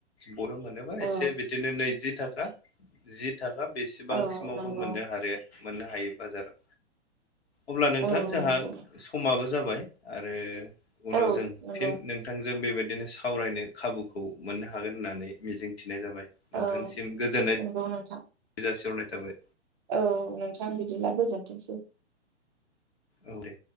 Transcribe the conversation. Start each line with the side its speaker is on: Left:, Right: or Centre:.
Left: बर' मोनोबा
Right: औ
Left: एसे बिदिनो नैजि। थाखा जि थाखा बेसेबांसिमावबो
Right: औ नंगौ
Left: मोननो हारो मोननो हायो बाजाराव अब्ला नोंथां
Right: औ
Left: जोंहा
Right: नंगौ
Left: समाबो जाबाय। आरो उनाव
Right: औ
Left: जों
Right: नंगौ
Left: फिन नोंथां जों जों बेबायदिनो सावरायनो खाबुखौ मोननो हागोन होननानै मिजिंथि नाय जाबाय
Right: औ
Left: नोंथांसिम गोजोननाय
Right: नंगौ नोंथां
Left: जासिहरनाय थाबाय।
Right: औ नोंथां बिदिब्ला गोजोनथोंसै।
Left: औ‌‌ दे।